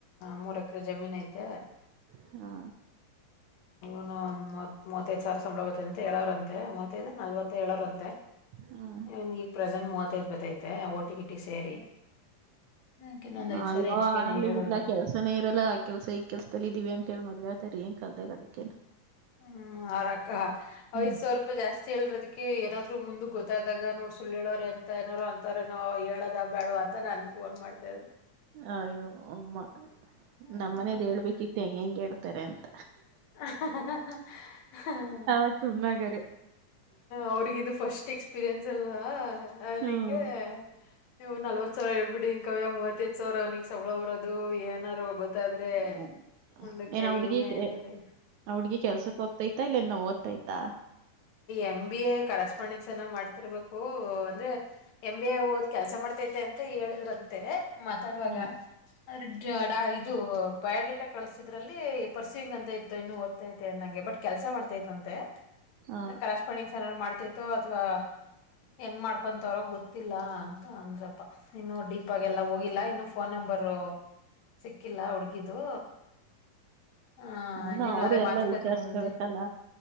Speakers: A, on the left (about 60°); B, on the right (about 75°).
A: ಮೂರ್ ಎಕರೆ ಜಮೀನ್ ಐತೆ
B: ಹಾ
A: ಇನೂ ಮೂವತ್ ಮೂತ್ವತ್ತೈದ್ ಸಾವ್ರ ಸಂಬಳ ಬತ್ತದಂತ ಹೇಳವ್ರಂತೆ ಮೂವತ್ತೈದೊ ನಲ್ವತ್ತೋ ಹೇಳೊರಂತೆ.
B: ಹ್ಮ್
A: ಇವನ್ಗೀಗ್ ಪ್ರೆಸೆಂಟ್ ಮೂವತ್ ವತ್ತೈತ್ ಬತೈತೆ ಓಟಿ ಗೀಟಿ ಸೇರಿ. ನಂಗ್ ಇನ್ನೊಂದ್
B: ಅ
A: ಐದ್
B: ಅಯ್ಯೋ
A: ಸಾರಿ ಹೆಚ್ಚಿಗೆನೆ
B: ಆಗ್ಲಿ
A: ಹೇಳವ್ರೆ
B: ಬಿಡ್ಲ ಆ ಕೆಲ್ಸನೇ ಇರಲ್ಲ ಆ ಕೆಲ್ಸ ಈ ಕೆಲ್ಸದಲ್ಲಿ ಇದೀವಿ ಅಂತ ಹೇಳಿ ಮದ್ವೆ ಆತ ಟೀಂನ್ ಕಲ್ದಗದಕ್ಕೆನ್
A: ಹ್ಮ್ ಆರ್ರಕ್ಕ
B: ಹ್ಮ್
A: ಐದ್ಸಾವ್ರಪಾಯಿ ಜಾಸ್ತಿ ಹೇಳರದ್ ಕುಕ್ಕೆ ಏನಾದ್ರು ಮುಂದ್ಗೊತ್ತಾದಾಗ ನೋಡ್ ಸುಳ್ಳ ಹೇಳೋ್ರ ಎಂತ ಏನಾರರು ಅಂತವ್ರೇನೋ ಹೇಳೋದ ಬ್ಯಾಡ್ವ ಅಂತ ನನ್ ಫೋನ್ ಮಾಡ್ತಾ ಇದ್ರು.
B: ಅಯ್ಯೋ ಅಮ್ಮ
A: ಹ್ಮ್
B: ನಮ್ಮನೇದ್ಹೇಳ್ಬೇಕಿತ್ತು ಹೆಂಗೆಂಗ್ಹೇಳ್ ತ್ತರೆಂತ.
A: <unintelligible>
B: ಅವಾಗ ಸುಮ್ನಾಗರು
A: ಅವ್ರಿಗಿದು ಫಷ್ ಟ್ ಎಕ್ಸ್ ಪಿರಿಯನ್ಸ್ ಅಲ್ವಾ. ಅದ್ಕೆ
B: ಹ್ಮ್
A: ನೀವು ನಲ್ವತ್ಸಾವ್ರ ಹೇಳ್ಬಿಡಿನ್ ಕವ್ಯ ಮೂವತ್ತೈದ್ಸಾವ್ರ ಅವ್ನಿಗ್ ಸಂವ್ಳ ವರದು ಏನಾದರು ಗೊ ತ್ತಾದ್ರೆ
B: ಹ್ಮ್
A: ಮುಂದಕ್ಕೆ
B: ಏನ್ ಆ ಹುಡ್ಗಿ
A: ಇವ್ನೆ
B: ಕೆ-
A: ಏನಾರೆ
B: ಆ ಹುಡ್ಗಿ ಕೆಲ್ಸಕ್ಹೋಗ್ತ ತೈಯ್ತ ಇಲ್ಲ ಇನ ಓದ್ತೈಯ್ತಾ.
A: ಎಮ್ ಬಿ ಎ ಕರೆಸ್ಪಾಂಡಿಂಗ್ಸ್ ಎನ್ನ ಮಾಡ್ತಿರ್ಬೇಕು ಅಂದ್ರೆ ಎಮ್ ಬಿ ಎ ಓದ್ ಕೆಲ್ಸ ಮಾಡ್ತೈತೈತೆ ಅಂತ ಹೇಳಿದ್ರಂತೆ. ಮಾತಾಡ್ವಾಗ
B: ಹ್ಮ್
A: ಅದ್ರ್ ಡ ಇದು ಬಯೋಡೇಟಾ ಕಳ್ಸಿದ್ರಲ್ಲಿ ಪರ್ಸ್ಯೂವಿಿಂಗ್ ಅಂತ ಇತ್ತು ಇನ್ನು ಓದ್ತೈತೆ ಅನಂಗೆ ಬಟ್ ಕೆಲ್ಸ ಮಾಡ್ತೈತ್ತ್ ಅಂತೆ.
B: ಹಾ
A: ಅಂದ್ರ್ ಕರೆಸ್ಪಂಡಿಂಗ್ಸ್ನ ಏನ್ರ್ ಮಾಡ್ ತ್ತಿತೋ ಅಥ್ವಾ ಹೆಂಗ್ ಮಾಡ್ಕೊಂತವ್ರೊ ಗೊತ್ತಿಲ್ಲ ಅಂತ ಅಂದ್ರಪ್ಪ ಇನ್ನು ಡೀಪ್ ಆಾಗ್ ಎಲ್ಲ ಹೋಗಿಲ್ಲ ಇನ್ನು ಫೋನ್ ನಂಬರ್ರು ಸಿಕ್ಕಿಲ್ಲ ಹುಡ್ಗಿದ್ ದು. ಹಾ
B: ಇನ್ನ
A: ಇನ್ನೇನು
B: ಅವರು
A: ಅದೇ
B: ಎಲ್ಲಾ
A: ಮಾತುಕತೆ
B: ವಿಚಾರ್ಸ್ಕೋಬೇಕಲ್ಲ
A: ಮುಂದೆ.